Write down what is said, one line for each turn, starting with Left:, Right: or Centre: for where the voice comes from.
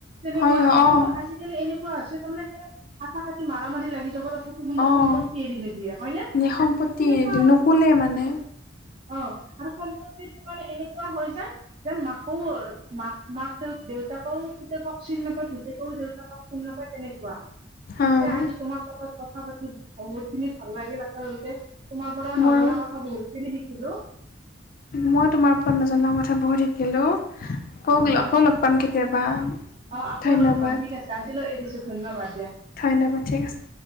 Right: তেনেকুৱা
Left: হয়
Right: আছিল।
Left: অঁ
Right: কিন্তু, আজিকালি এনেকুৱা হৈছে তাৰমানে স কথা কাটি মাৰা মাৰি লাগি যাব ত তোৰ কিন্তন্তু
Left: অঁ
Right: সম্পত্তি এৰি নিদিয়ে হয়নে তেনেুৱা
Left: নিসম্পত্তি নুকুলে মানে
Right: অ', আৰু সম্পত্তিটো মানে এনেকুৱা হৈ যায়। যেন মাকও মাক মাক দেউতাকও পুতেকক চিন নাপায়। পুতেকও দেউতাকক চিন নাপায়। তেনেকুৱা পিছে
Left: অঁ
Right: আজি তোমাৰ লগাতত কথা পাতি সংগত খিনি ভাল লাগিল আচলতে তোমাৰ পৰা
Left: মোৰ
Right: নজনা কথা বহুত খিনি শিকিলো।
Left: মই তোমাৰ ওপৰত নজনা কথা বহুত শিকিলো কৌ
Right: হয়,
Left: আকৌ লগ
Right: পিছে
Left: পাম কেতিয়াবা <unintelligible>
Right: অ', আকৌ
Left: ধন্যবাদ
Right: লগ পাম ঠিক আছে। আজিলৈ এ দিছো ধন্যবাদ দিয়া।
Left: ধন্যবাদ ঠিক আছে।